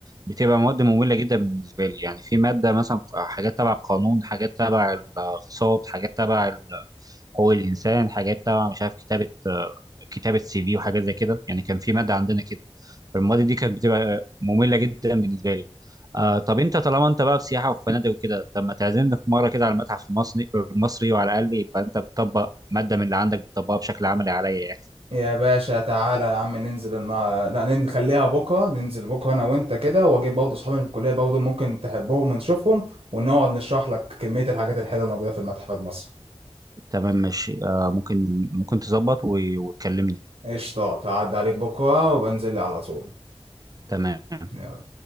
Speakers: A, on the right; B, on the right.
A: بتبقى مواد ممله جدا بالنسبه لي يعني في ماده مثلا حاجات تبع القانون حاجات تبع الاقتصاد حاجات تبع ال- حقوق الانسان حاجات تبع مش عارف كتابه كتابه سي في وحاجات زي كده يعني كان في ماده عندنا كده فالمواد دي كانت بتبقى ممله جدا بالنسبه لي آه طب انت طالما انت بقى في سياحه وفنادق وكده طب ما تعزمنا في مره كده على المتحف المصري المصري وعلى الاقل يبقى انت بتطبق ماده من اللي عندك بتطبقها بشكل عملي عليا يعني
B: يا باشا تعالى يا عم ننزل النا... لا نخليها بكره ننزل بكره انا وانت كده واجيب برضه اصحابي اللي في الكليه برضه ممكن تحبهم ونشوفهم ونقعد نشرح لك كميه الحاجات الحلوه الموجوده في المتحف المصري
A: تمام ماشي آه ممكن ممكن تظبط و- وتكلمني
B: قشطه تعدي عليك بكره وبنزل لي على طول
A: تمام
B: يلا